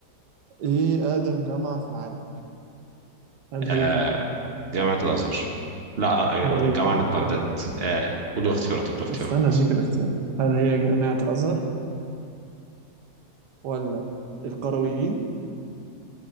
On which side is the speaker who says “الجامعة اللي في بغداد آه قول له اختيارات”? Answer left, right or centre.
Right